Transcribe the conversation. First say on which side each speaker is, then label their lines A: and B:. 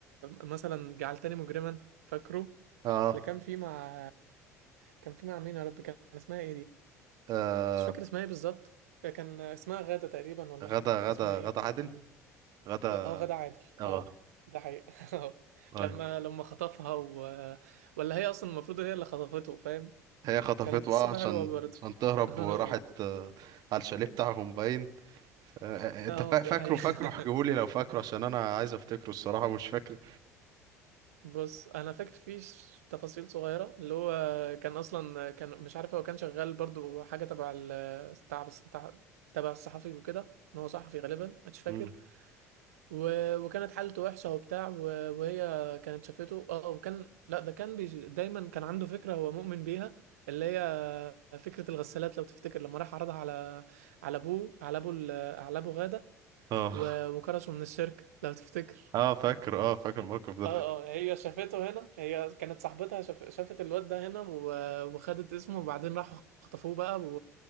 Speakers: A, on the right (about 70°); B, on the right (about 50°).
A: مثلا جعلتني مجرما فاكره
B: اه,
A: اللي كان فيه مع كان فيه مع مين يا رب كان اسمها ايه دي
B: آه
A: مش فاكر اسمها ايه بالظبط كان اسمها غادة تقريبا ولا
B: غدا
A: كان اسمها
B: غدا
A: ايه
B: غدا عادل غدا
A: اه غادة عادل
B: اه
A: اه ده حقيقي <laughs> آه.
B: ايوه
A: لما لما خطفها و... ولا هي اصلا المفروض هي اللي خطفته فاهم
B: هي خطفته
A: كانت قصته
B: اه عشان
A: حلوة برضه
B: عشان تهرب
A: <laughs> اه
B: وراحت آه على الشاليه بتاعهم باين آه، انت
A: اه
B: فا-
A: آه،
B: فاكره
A: ده حقيقي
B: فاكره احكيهولي
A: <laughs>
B: لو فاكره عشان انا عايز افتكره الصراحة مش فاكر
A: بص انا فاكر فيه ش- تفاصيل صغيره اللي هو كان اصلا كان مش عارف هو كان شغال برضو حاجه تبع ال تبع تبع تبع الصحفي وكده ان هو صحفي غالبا مش فاكر
B: مم.
A: و... وكانت حالته وحشه وبتاع و... وهي كانت شافته اه وكان لا ده كان بيج... دايما كان عنده فكره هو مؤمن بيها اللي هي فكره الغسالات لو تفتكر لما راح عرضها على على ابوه على ابو ال- على ابو غاده
B: اه
A: و... وكرشه من الشركه لو تفتكر
B: اه فاكر اه فاكر الموقف
A: اه
B: ده
A: اه هي شافته هنا هي كانت صاحبتها شاف... شافت الواد ده هنا و... وخدت اسمه وبعدين راحوا خطفوه بقى و...